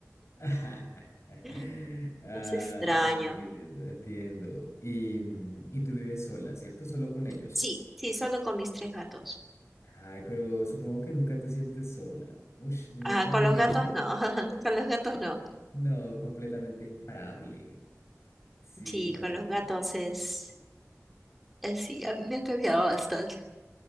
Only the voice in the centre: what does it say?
<laughs>
Los extraño.
Sí, sí, solo con mis tres gatos.
Ah,
con
los gatos no, <laughs> con los gatos no.
Sí,
con los
gatos es, es sí, a- me ha cambiado bastante.